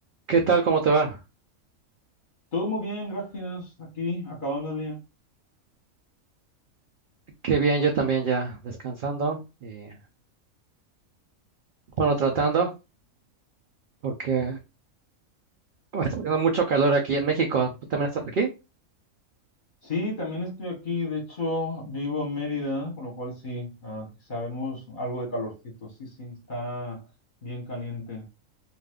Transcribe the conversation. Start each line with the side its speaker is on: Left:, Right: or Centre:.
Right: ¿Qué tal? ¿Cómo te va?
Left: Todo muy bien, gracias. Aquí, acabando el día.
Right: Qué bien, yo también ya descansando y bueno, tratando porque <laughs> está haciendo mucho calor aquí en México. ¿Tú también estás aquí?
Left: Sí, también estoy aquí. De hecho, vivo en Mérida, con lo cual sí, ah, sabemos algo de calorcito. Sí, sí, está bien caliente.